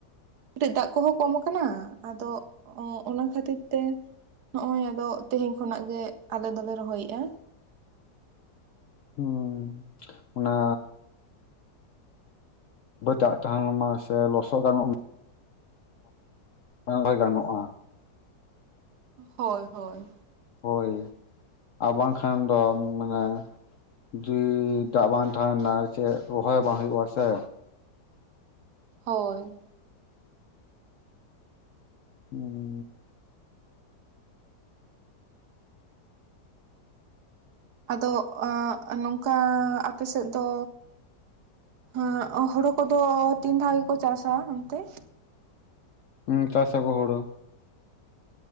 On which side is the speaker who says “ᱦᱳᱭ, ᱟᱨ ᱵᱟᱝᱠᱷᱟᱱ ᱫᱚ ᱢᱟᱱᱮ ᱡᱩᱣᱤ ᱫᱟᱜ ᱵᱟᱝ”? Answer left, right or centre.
Left